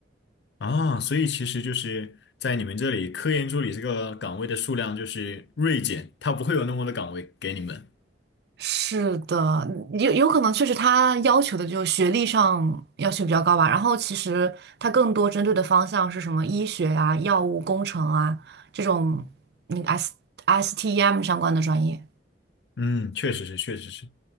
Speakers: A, on the left (about 65°); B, on the right (about 60°).
A: 啊，所以其实就是在你们这里，科研助理这个岗位的数量就是锐减，它不会有那么多的岗位给你们。
B: 是的，有有可能确实他要求的就是学历上要求比较高吧，然后其实他更多针对的方向是什么医学啊、药物工程啊这种那个 S STEM 相关的专业。
A: 嗯，确实是，确实是，